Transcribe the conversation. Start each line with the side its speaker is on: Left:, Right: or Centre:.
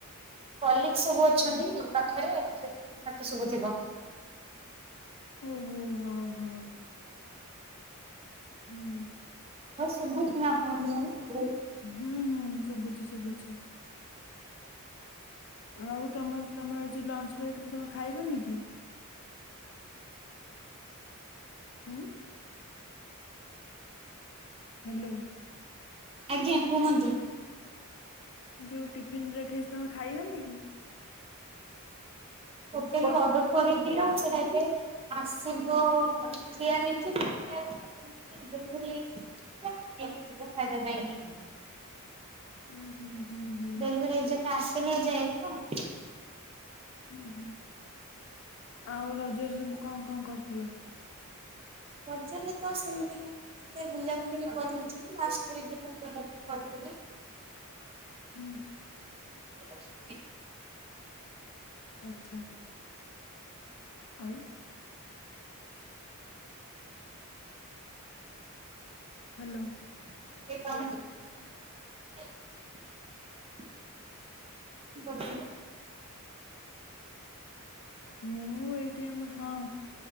Right: କଲିକ ସବୁ ଅଛନ୍ତି
Left: ଓ
Right: ପାଖରେ ପାଟି ଶୁବୁଥିବ। <inaudible> ହୁଁ।
Left: ଓହୋ ହଁ ହଁ ହୁଁ।
Right: ହଁ ଶୁବୁଚି ନା ଆପଣଙ୍କୁ ମୋର?
Left: ହୁଁ ହୁଁ ଶୁବୁଚି ଶୁଭୁଛିି। ଆଉ ତମ ଜି ତମର ଆଜି ଲଞ୍ଚ ବ୍ରେକରେ ତମେ ଖାଇବନି କି? ଉଁ? ହାଲୋ।
Right: ଆଜ୍ଞା କୁହନ୍ତୁ।
Left: ଯୋଉ ଟିଫନ୍ ବ୍ରେକ୍ ହେଇଛି ତମେ ଖାଇବନି କି?
Right: ହୋଟେଲରୁ ଅଡର୍ କରିଥିଲୁ ସେଟା ଏବେ ଆସିବ ଠିଆ ହେଇଚି <unintelligible> ନେଇକି ଯିବୁ ଖାଇବା ପାଇଁକି।
Left: ଉଁ ହୁଁ ହୁଁ ହୁଁ।
Right: ଡେଲିଭରି ଏଜେଣ୍ଟ ଆସିନି ଏ ଯାଏଁ ତ।
Left: ହୁଁ ହୁଁ। ଆଉ ରଜରେ ସବୁ କଣ କଣ କରିଥିଲ?
Right: ରଜରେ ତ ସେମିତି ମାନେ ମୁଁ ଏତେ ବୁଲାବୁଲି ବି କରିନଥିଲି ଲାଷ୍ଟ ଦିନ ବୁଲା ବୁଲି କରିଥିଲି। ଆପଣ?
Left: ହୁଁ। ଆଚ୍ଛା ଆଉ? ହାଲୋ।
Right: <inaudible> ଗୋଟେ ଲୋ
Left: ମୁଁ ଏଇଟି ଆମ ହଁ।